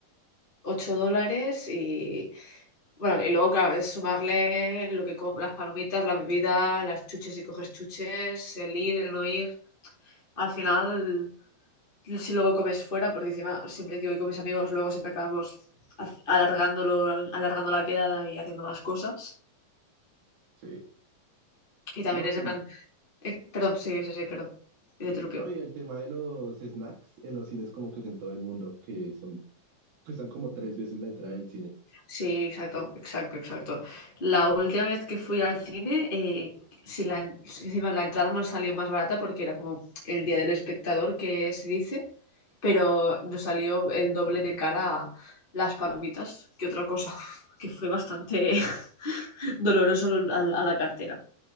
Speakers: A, on the left; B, on the right.
A: 8 dólares y bueno, y luego claro, es sumarle lo que com- las palomitas, la bebida, las chuches si coges chuches, el ir, el no ir. Al final si luego comes fuera, porque encima siempre que voy con mis amigos, luego siempre acabamos a- alargándolo, alargando la quedada y haciendo más cosas.
B: Sí.
A: Y también
B: No,
A: es en
B: y,
A: plan, eh, perdón, sí, sí, sí, perdón, te
B: sí.
A: interrumpí.
B: No, y el tema de los snacks en los cines como que es en todo el mundo, que son, cuestan como tres veces la entrada del cine.
A: Sí, exacto, exacto, exacto. La última vez que fui al cine, eh, si la, si encima la entrada nos salió más barata porque era como el día del espectador que se dice, pero nos salió el doble de cara a las palomitas que otra cosa, <laughs> que fue bastante <laughs> doloroso al- a la cartera.